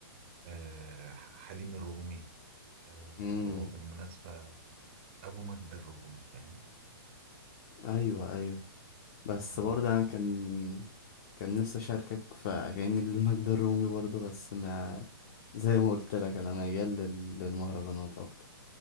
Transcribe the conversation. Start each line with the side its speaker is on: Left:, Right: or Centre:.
Right: آه، حليم الرومي آه،
Left: امم
Right: هو بالمناسبة أبو مجد الرومي فاهم
Left: ايوه ايوه بس
Right: مم.
Left: برضه انا كان كان نفسي اشاركك في اغاني لمجد الرومي برضه بس ما زي ما قلت لك انا ميال لل- للمهرجانات اكتر